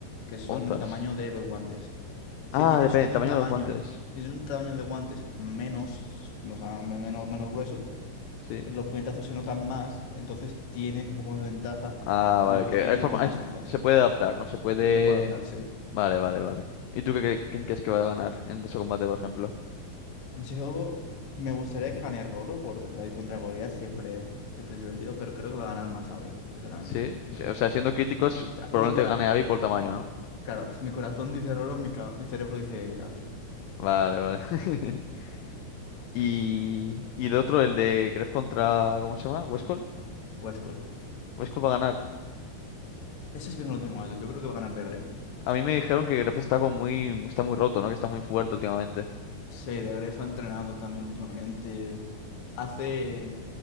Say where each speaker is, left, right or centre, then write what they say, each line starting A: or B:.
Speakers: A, on the left; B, on the left.
A: que son
B: Onzas.
A: el tamaño de los guantes. Si
B: Ah,
A: tienes
B: depende
A: un
B: del tamaño
A: tamaño.
B: de los guantes.
A: Si tienes un tamaño de guantes menos, o sea, menos, menos grueso
B: Sí.
A: los puñetazos se notan más, entonces tienes un poco más de ventaja
B: Ah,
A: del
B: vale,
A: que
B: que
A: lo tiene
B: hay forma,
A: con más
B: hay-
A: onzas.
B: se puede adaptar, ¿no? Se puede...
A: Se puede adaptar, sí.
B: Vale, vale, vale. ¿Y tú qué, cre- quién crees que va a ganar en ese combate, por ejemplo?
A: Yo me gustaría que gane Roro por el David contra Goliath, siempre, siempre es divertido, pero creo que va a ganar Masabi, sinceramente.
B: Sí.
A: Sí,
B: sí,
A: sí, sí.
B: O
A: O
B: sea, siendo críticos,
A: sea,
B: probablemente
A: mi cora...
B: gane Abby por tamaño, ¿no?
A: Claro, mi corazón dice Roro, mi, ca- mi cerebro dice Abby.
B: Vale, vale. <laughs> Y, y de otro, el de Gref contra... ¿Cómo se llama? ¿Westcol?
A: O Skull.
B: Westcol va a ganar.
A: Eso es que no lo tengo más. Yo creo que va a ganar de
B: A mí me dijeron que Gref está como muy, está muy roto, ¿no? Que está muy fuerte últimamente.
A: Sí, de Grefg ha entrenado también últimamente. Hace...